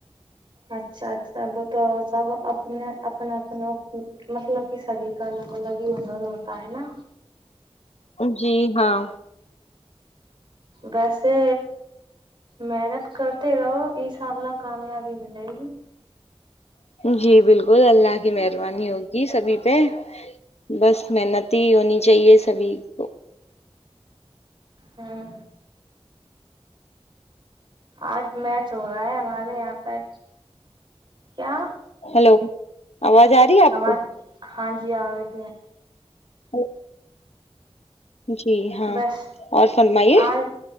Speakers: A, on the right; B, on the left.
A: اچھا اچھا بتاؤ سب اپنے اپنے اپنوں کی مطلب کہ سبھی کا الگ الگ ہی ہنر ہوتا ہے نا
B: جی ہاں
A: ویسے محنت کرتے رہو انشاء اللہ کامیابی ملے گی
B: جی بالکل اللہ کی مہربانی ہوگی سبھی پہ بس محنتی ہونی چاہیے سبھی کو
A: ہاں آج میچ ہو رہا ہے ہمارے یہاں پر کیا
B: ہلو آواز آ رہی ہے آپ
A: آواز
B: کو
A: ہاں جی آ رہی ہے
B: <unintelligible> جی ہاں
A: بس
B: اور فرمائیے
A: آج